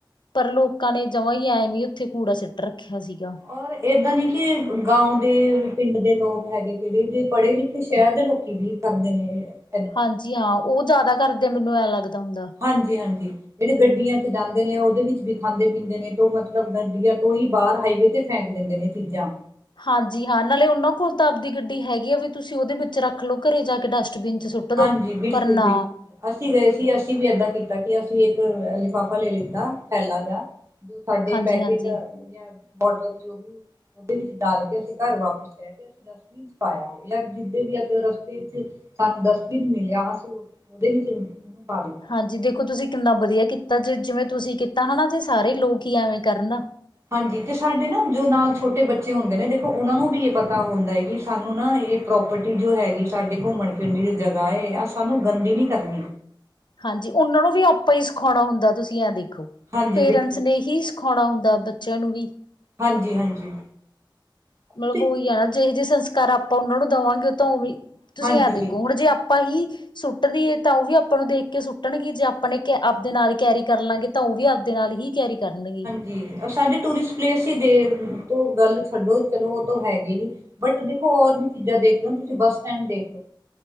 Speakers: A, on the left; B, on the right.
A: ਪਰ ਲੋਕਾਂ ਨੇ ਜਮਾਂ ਹੀ ਐਵੇ ਹੀ ਉੱਥੇ ਕੂੜਾ ਸਿੱਟ ਰੱਖਿਆ ਸੀਗਾ!
B: ਔਰ ਏਦਾਂ ਨੀ ਕਿ ਗਾਉ ਦੇ ਪਿੰਡ ਦੇ ਲੋਕ ਹੈਗੇ ਕਿਹੜੇ ਜ ਪੜ੍ਹੇ ਲਿਖੇ ਸ਼ਹਿਰ ਦੇ ਲੋਕੀ ਵੀ ਕਰਦੇ ਨੇ ਇਹ
A: ਹਾਂਜੀ ਹਾਂ ਉਹ ਜ਼ਿਆਦਾ ਕਰਦੇ ਮੈਨੂੰ ਐਂ ਲੱਗਦਾ ਹੁੰਦਾ।
B: ਹਾਂਜੀ ਹਾਂਜੀ। ਜਿਹੜੇ ਗੱਡੀਆਂ ਚ ਜਾਂਦੇ ਨੇ ਉਹਦੇ ਵਿੱਚ ਵੀ ਖਾਂਦੇ ਪੀਂਦੇ ਨੇ ਤੇ ਮਤਲਬ ਗੱਡੀਆਂ ਤੋਂ ਹੀ ਬਾਹਰ ਹਾਈਵੇ ਤੇ! ਫੇਕ ਦਿੰਦੇ ਨੇ ਚੀਜ਼ਾਂ।
A: ਹਾਂਜੀ ਹਾਂ ਨਾਲੇ ਉਹਨਾਂ ਕੋਲ ਤਾਂ ਆਪਦੀ ਗੱਡੀ ਹੈਗੀ ਆ ਵੀ ਤੁਸੀਂ ਉਹਦੇ ਵਿੱਚ ਰੱਖ ਲਓ ਘਰੇ ਜਾ ਕੇ ਡਸਟਬਿਨ ਚ ਸੁੱਟ ਟ ਦੋ
B: ਹਾਂਜੀ ਬਿਲਕੁਲ
A: ਪਰ ਨਾ
B: ਬਿਲਕੁਲ ਅਸੀਂ ਗਏ ਸੀ ਅਸੀਂ ਵੀ ਏਦਾਂ ਕੀਤਾ ਕਿ ਅਸੀਂ ਇੱਕ ਲਿਫਾਫਾ ਲੈ ਲਿੱਤਾ ਥੈਲਾ ਜਿਹਾ। ਜੋ ਸਾਡੇ
A: ਹਾਂਜੀ
B: ਪੈਕੇਟ
A: ਹਾਂਜੀ
B: ਜਾਂ ਬੋਟਲ ਜੋ ਵੀ ਉਹਦੇ ਵਿੱਚ ਡਾਲ ਕੇ ਅਸੀਂ ਘਰ ਵਾਪਿਸ ਲੈ ਕੇ ਡਸਟਬਿਨ ਚ ਪਾਇਆ ਹੋ ਜਾਂ ਜਿੱਦਾਂ ਵੀ ਕੋਈ ਰਸਤੇ ਚ ਸਾਨੂੰ ਵੀ ਮਿਲਿਆ ਅਸੀਂ ਉਹਦੇ ਵਿੱਚ ਉਹਨੂੰ ਪਾ ਦਿੱਤਾ।
A: ਹਾਂਜੀ ਦੇਖੋ ਤੁਸੀਂ ਕਿੰਨਾ ਵਧੀਆ ਕੀਤਾ ਜੇ ਜਿਵੇਂ ਤੁਸੀਂ ਕੀਤਾ ਹੈ ਜੇ ਸਾਰੇ ਲੋਕ ਹੀ ਐਵੇਂ ਕਰਨ!
B: ਹਾਂਜੀ ਤੇ ਸਾਡੇ ਨਾ ਜੋ ਨਾਲ ਛੋਟੇ ਬੱਚੇ ਹੁੰਦੇ ਨੇ ਦੇਖੋ ਉਹਨਾਂ ਨੂੰ ਵੀ ਇਹ ਪਤਾ ਹੁੰਦਾ ਹੈ ਕਿ ਸਾਨੂੰ ਨਾ ਇਹ ਪ੍ਰੋਪਰਟੀ ਜੋ ਹੈਗੀ ਸਾਡੇ ਘੁੰਮਣ ਫਿਰਨ ਦੀ ਜੋ ਜਗ੍ਹਾ ਹੈਏ ਆਹ ਸਾਨੂੰ ਗੰਦੀ ਨਹੀਂ ਕਰਨੀ
A: ਹਾਂਜੀ ਉਹਨਾਂ ਨੂੰ ਵੀ ਆਪਾਂ ਹੀ ਸਿਖਾਉਣਾ ਹੁੰਦਾ ਤੁਸੀਂ ਐ ਦੇਖੋ
B: ਹਾਂਜੀ
A: ਪੇਰੈਂਟਸ
B: ਬਿਲਕੁਲ
A: ਨੇ ਹੀ ਸਿਖਾਉਣਾ ਹੁੰਦਾ ਬੱਚਿਆਂ ਨੂੰ ਵੀ
B: ਹਾਂਜੀ ਹਾਂਜੀ ਤੁਸੀਂ
A: ਮਤਲਬ ਉਹੀ ਆ ਨਾ ਜਿ ਜਿਹੇ ਸੰਸਕਾਰ ਆਪਾਂ ਉਹਨਾਂ ਨੂੰ ਦੇਵਾਂਗੇ ਉਹ ਤਾਂ ਉਹ ਵੀ ਤੁਸੀਂ
B: ਹਾਂਜੀ
A: ਆ ਦੇਖੋ ਹੁਣ ਜੇ ਆਪਾਂ ਹੀ ਸੁੱਟਦੀ ਹੈ ਤਾਂ ਉਹ ਵੀ ਆਪਾਂ ਨੂੰ ਦੇਖ ਕੇ ਸੁੱਟਣਗੇ ਜੇ ਆਪਾਂਣੇ ਕ ਆਪਦੇ ਨਾਲ ਕੈਰੀ ਕਰ ਲਾਂਗੇ ਤਾਂ ਉਹ ਵੀ ਆਪਦੇ ਨਾਲ ਹੀ ਕੈਰੀ ਕਰਨ ਗੇ।
B: ਜੀ ਸਾਡੇ ਟੂਰਿਸਟ ਪਲੇਸ ਦੇ ਤੋਂ, ਗੱਲ ਛੱਡੋ ਚਲੋ ਉਹ ਤੋਂ ਹੈਗੇ ਹੀ। ਬਟ ਦੇਖੋ ਹੋਰ ਵੀ ਚੀਜ਼ਾਂ ਦੇਖ ਲੋ, ਤੁਸੀਂ ਬੱਸ ਸਟੈਂਡ ਦੇਖ ਲੋ।